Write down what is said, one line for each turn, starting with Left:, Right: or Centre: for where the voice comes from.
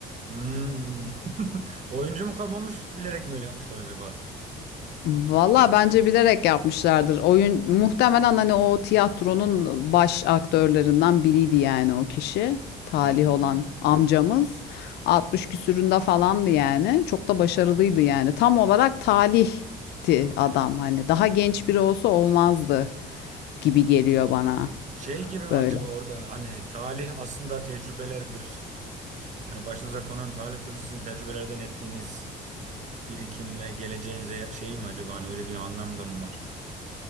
Right: hmm. <laughs> Oyuncu mu kalmamış bilerek mi öyle yapmışlar acaba?
Left: Valla bence bilerek yapmışlardır. Oyun muhtemelen hani o tiyatronun baş aktörlerinden biriydi yani o kişi. Talih
Right: Hmm.
Left: olan amcamız. 60 küsüründe falandı yani. Çok da başarılıydı yani. Tam olarak talihti adam hani. Daha genç biri olsa olmazdı gibi geliyor bana
Right: Şey gibi mi acaba
Left: böyle.
Right: orada hani talih aslında tecrübelerdir. Hani başınıza konan talih kuşu sizin tecrübelerden ettiğiniz birikim ve geleceğinize şey mi acaba hani öyle bir anlam da mı var?